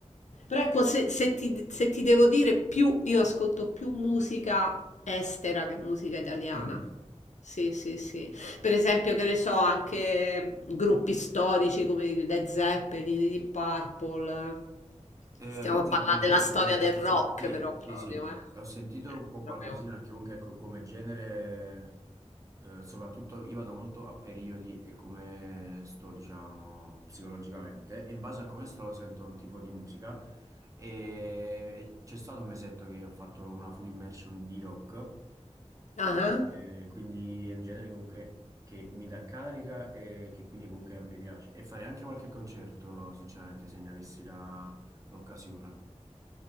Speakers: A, on the left; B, on the right.
A: Però ecco, se, se ti, se ti devo dire, più io ascolto più musica estera che musica italiana.
B: mm.
A: Sì, sì, sì. Per esempio, che ne so, anche gruppi storici come i Led Zeppelin, i Deep Purple.
B: Eh,
A: Stiamo
B: Led
A: a
B: Zeppelin,
A: parlare della
B: sì,
A: storia
B: ho-
A: del
B: ho
A: rock,
B: se- sì,
A: però
B: sì,
A: proprio,
B: sì.
A: eh.
B: ho sentito
A: Eh,
B: un po'
A: Proprio.
B: qualcosina, perché comunque ecco, come genere, eh, soprattutto io vado molto a periodi e come sto, diciamo, psicologicamente, e in base a come sto sento un tipo di musica. E, e c'è stato un mesetto che ho fatto una full immersion di rock,
A: Ah,
B: eh, quindi è un genere comunque che mi dà carica e che quindi comunque a me piace. E fare anche qualche concerto, sinceramente, se ne avessi la l'occasione.